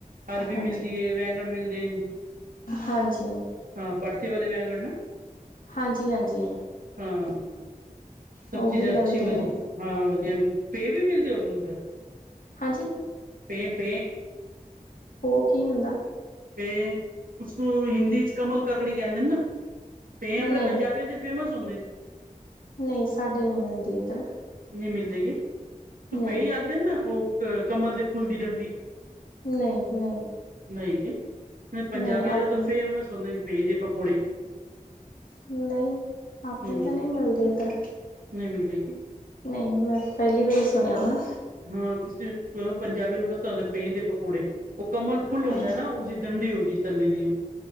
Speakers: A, on the right; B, on the left.
A: ਅਰਬੀ
B: ਹਾਂਜੀ
A: ਮਿਲਦੀ ਏ, ਬੈਂਗਣ ਮਿਲ਼ਦੇ
B: ਹਾਂਜੀ
A: ਆ ਭੜਥੇ ਵਾਲੇ ਵੈਗਣ ਨਾ।
B: ਹਾਂਜੀ- ਹਾਂਜੀ।
A: ਹਾਂ ਹਾਂ ਸਭ
B: ਉਹ
A: ਚੀਜ਼ਾਂ
B: ਵੀ ਮਿਲਦੇ
A: ਅੱਛੀ ਵਧੀਆਂ,
B: ਨੇ
A: ਹਾਂ ਵਧੀਆਂ ਮਿਲ਼ ਤੁਸੀਂ ਵੀ ਮਿਲਦੇ ਹੋ ਫੇਰ ਅੰਦਰ।
B: ਹਾਂਜੀ।
A: ਪੇ-ਪੇ।
B: ਉਹ ਕੀ ਹੁੰਦਾਂ।
A: ਪੇ ਉਸਨੂੰ ਹਿੰਦੀ ਚ ਕਮਲ ਕੱਕੜੀ ਕਹਿੰਦੇ ਨੇ ਨਾ, ਪੇ ਆਪਣੇ
B: ਨਹੀਂ
A: ਪੰਜਾਬੀਆਂ ਦੇ ਫੇਮਸ ਹੁੰਦੇ ਨੇ।
B: ਨਹੀਂ ਸਾਡੇ ਨਹੀਂ ਮਿਲਦੀ ਇੱਧਰ
A: ਨਹੀਂ ਮਿਲਦੇ ਗਏ
B: ਨਹੀਂ
A: ਪੇ, ਹੀ ਆਖਦੇ ਨੇ ਨਾ ਉਹ ਕਮਲ ਦੇ ਫੁੱਲ ਦੀ ਡੰਡੀ।
B: ਨਹੀਂ, ਨਹੀਂ
A: ਨਹੀਂ, ਪੰਜਾਬੀਆਂ
B: ਨਹੀਂ ਆਪਣੇ
A: ਦੇ ਤਾਂ ਫੇਮਸ ਹੁੰਦੇ ਨੇ, ਪੇ ਦੇ ਪਕੌੜੇ।
B: ਨਹੀਂ, ਆਪਣੇ
A: ਹਮ
B: ਤਾਂ ਨਹੀਂ ਮਿਲਦੇ ਇੱਧਰ।
A: ਨਹੀਂ ਮਿਲ ਜਾਏਗੀ।
B: ਨਹੀਂ, ਮੈਂ ਪਹਿਲੀ ਵਾਰੀ ਸੁਣਿਆ ਵਾਂ।
A: ਹਾਂ, ਕਿਸੇ ਪੰਜਾਬੀ ਨੂੰ ਪਤਾ ਹੁੰਦਾ ਭੇਂ ਦੇ ਪਕੌੜੇ। ਉਹ ਕਮਲ ਫੁੱਲ ਹੁੰਦਾ
B: ਹਾਂਜੀ
A: ਨਾ, ਉਸਦੀ ਡੰਡੀ ਹੁੰਦੀ ਤੱਲੀ ਦੀ।